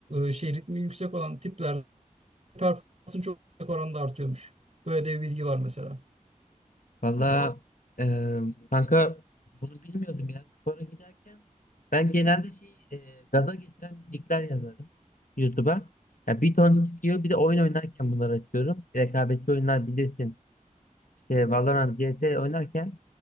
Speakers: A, on the right (about 50°); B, on the left (about 75°).
A: e, şey ritmi yüksek olan tiplerde performansın çok yüksek oranda artıyormuş. Böyle de bir bilgi var mesela.
B: Valla e, kanka bunu bilmiyordum ya. Spora giderken ben genelde şey e, gaza getiren müzikler yazarım YouTube'a. Ya bir ton çıkıyor bir de oyun oynarken bunları açıyorum. Rekabetçi oyunlar bilirsin. İşte Valorant, CS oynarken